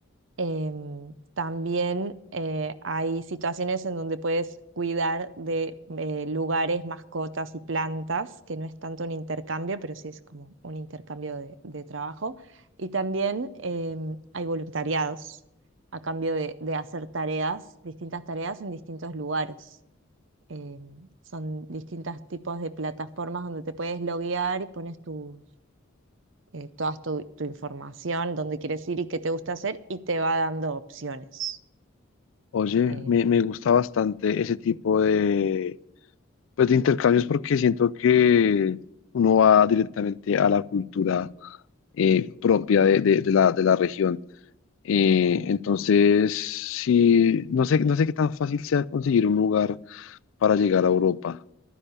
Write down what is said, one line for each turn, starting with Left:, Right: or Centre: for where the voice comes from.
Right: Em, también eh, hay situaciones en donde puedes cuidar de eh, lugares, mascotas y plantas, que no es tanto un intercambio, pero sí es como un intercambio de, de trabajo. Y también em, hay voluntariados a cambio de, de hacer tareas, distintas tareas en distintos lugares. Em, son distintos tipos de plataformas donde te puedes loguear y pones tu, eh, toda tu, tu información, dónde quieres ir y qué te gusta hacer, y te va dando opciones.
Left: Oye,
Right: Eh,
Left: me, me gusta bastante ese tipo de, pues, de intercambios porque siento que uno va directamente a la cultura eh, propia de, de- de la, de la región. Eh, entonces, sí, no sé, no sé qué tan fácil sea conseguir un lugar para llegar a Europa,